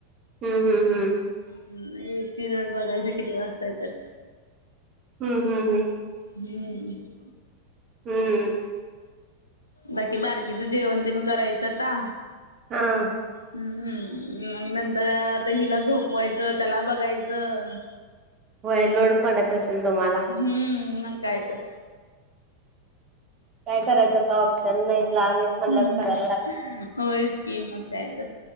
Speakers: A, on the right; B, on the left.
A: हम्म हम्म हम्म
B: हम नाही येतील बघायचं किती वाजता येत्यात.
A: हम्म हम् हम्.
B: हम्म.
A: हम्म.
B: बाकी बारकीचं जेवण तेन करायचं आता.
A: हा.
B: हम्म हम्म. न नंतर तहीला झोपवायचं त्याला बघायचं.
A: होय लोड पडत असेल तुम्हाला.
B: हम्म मग काय तर.
A: काय करायचं आता ऑप्शन नाही लहान आहेत. म्हणल्यावर
B: हम
A: करायला
B: हम
A: लाग
B: होयच कि मग काय तर